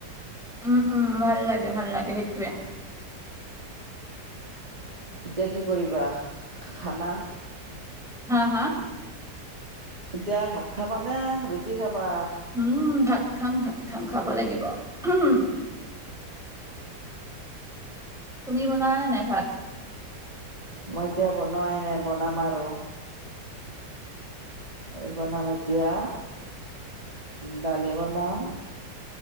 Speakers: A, in the centre; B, on the right.
A: উম উম, ভাল লাগে ভাল লাগে সেইটয়ে।
B: এতিয়া কি কৰিবা খানা।
A: হা হা?
B: এতিয়া ভাত খাবা নে, ৰুটি খাবা?
A: উম, ভাত খাম ভাত খাম খাব লাগিব উম। তুমি বনোৱা নে নাই ভাত।
B: মই এতিয়া বনোৱাই নাই বনাম আৰু। এই বনাম এতিয়া, দালি বনাম।